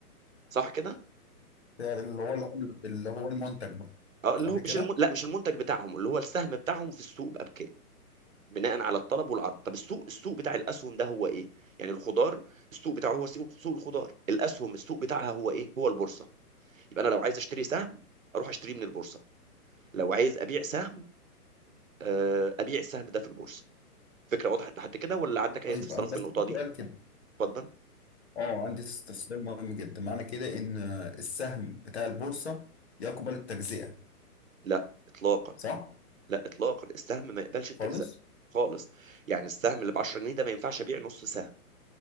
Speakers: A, on the right (about 55°); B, on the left (about 45°).
A: صح كده
B: سعر اللي هو اللي هو اللي هو المنتج بقى
A: اه اللي
B: صح
A: هو
B: كده؟
A: مش الم... لا مش المنتج بتاعهم اللي هو السهم بتاعهم في السوق بقى بكام بناء على الطلب والعرض طب السوق السوق بتاع الاسهم ده هو ايه يعني الخضار السوق بتاعه هو سوق سوق الخضار الاسهم السوق بتاعها هو ايه هو البورصه يبقى انا لو عايز اشتري سهم اروح اشتريه من البورصه لو عايز ابيع سهم آه، ابيع السهم ده في البورصه فكره وضحت لحد كده ولا عندك
B: طيب
A: اي استفسارات
B: أم- بس
A: في النقطه
B: في
A: دي
B: سؤال كده
A: اتفضل
B: اه عندي استفسار مهم جدا معنى كده ان السهم بتاع البورصة يقبل التجزئة
A: لا اطلاقا
B: صح؟
A: لا اطلاقا السهم ما يقبلش التجزئه
B: خالص؟
A: خالص يعني السهم اللي ب 10 جنيه ده ما ينفعش ابيع نص سهم